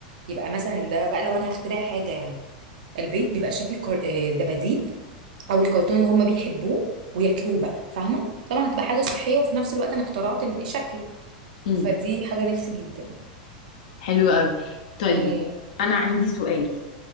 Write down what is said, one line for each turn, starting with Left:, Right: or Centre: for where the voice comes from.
Right: يبقى مثلا ده بقى لو انا هخترع حاجه يعني البيض بيبقى شكل كر... آه، دباديب او الكرتون اللي هم بيحبوه وياكلوه بقى فاهمه طبعا هتبقى حاجه صحيه وفي نفس الوقت انا اخترعت إن- شكل
Left: امم
Right: فدي حاجه نفسي جدا
Left: حلو قوي طيب
Right: امم
Left: انا عندي سؤال